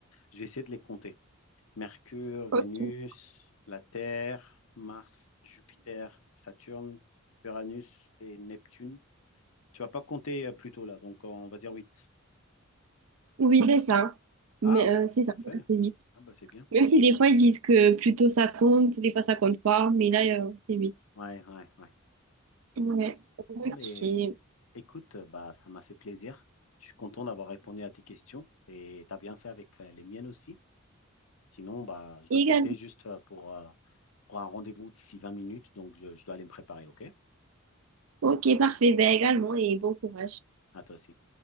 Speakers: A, on the left; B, on the right.
A: Je vais essayer de les compter. Mercure, Vénus,
B: Ok.
A: la Terre, Mars, Jupiter, Saturne, Uranus et Neptune. Tu vas pas compter euh, plutôt là, donc on va dire 8.
B: Oui, c'est ça.
A: Ah,
B: Mais euh, c'est ça,
A: parfait.
B: c'est 8.
A: Ah bah c'est bien.
B: Même si des fois ils disent que plutôt ça compte, des fois ça compte pas, mais là, euh, c'est 8.
A: Ouais, ouais, ouais.
B: Ouais, ok.
A: Non, mais écoute, euh, bah ça m'a fait plaisir. Je suis content d'avoir répondu à tes questions et tu as bien fait avec euh, les miennes aussi. Sinon, bah, je dois
B: Également.
A: te quitter juste euh, pour, euh, pour un rendez-vous d'ici 20 minutes, donc je, je dois aller me préparer, ok?
B: Ok, parfait. Ben également, et bon courage.
A: À toi aussi.